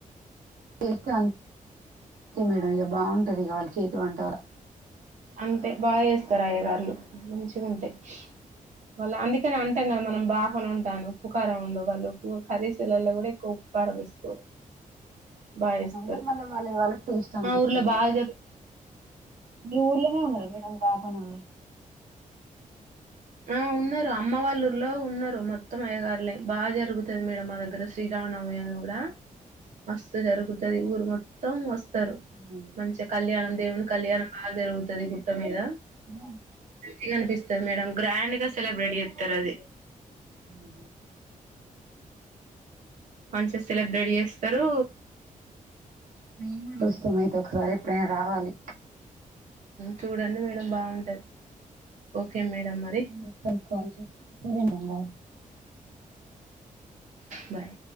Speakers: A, on the right; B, on the right.
A: <inaudible> చేసాను అంతే మేడం ఇక బాగుంటది ఇగా వాళ చేతి వంట
B: అంతే బాగా చేస్తారు అయ్యగార్లు మంచిగుంటయి వాళ్ళ అందుకని అంటం కదా మనం బాగానే ఉంటాను ఉప్పు కార ఉండు వాళ్ళు కరీసు లలో కూడా ఎక్కువ కరం వేసుకోరు బాగా
A: ఉన్నా
B: చేస్తారు
A: కూడా మళ్ళీ వాళ్ళ వాళ్ళకి టేస్ట్ అనిపిస్తుంది
B: మా ఊర్లో
A: అని.
B: బాగా జరుగు
A: మీ ఊర్లోనే ఉన్నారు మేడం అయ్యగారు
B: ఆ ఉన్నారు అమ్మ వాళ్ళుర్లో ఉన్నారు మొత్తం అయ్యగారులే బాగా జరుగుతది మేడం మా దగ్గర శ్రీరామనవమి అని కూడా మాస్తు జరుగుతది ఊరు మొత్తం వస్తారు
A: ఉ
B: మంచిగా కళ్యాణం దేవుని కళ్యాణం బాగా జరుగుతది గుట్ట మీద
A: ఉ
B: మంచిగా అనిపిస్తది మేడం గ్రాండ్ గా సెలబ్రెట్ చేస్తారు అది
A: ఉహు
B: మంచిగా సెలబ్రేట్ చేస్తారు
A: మేము కూడా వస్తాం అయితే ఒకసారి ఎప్పుడైనా రావాలి
B: చూడండి మేడం బాగుంటది ఓకే మేడం మరి
A: తర్వాత కాల్ చేస్తా సరే మేడం బాయ్
B: బాయ్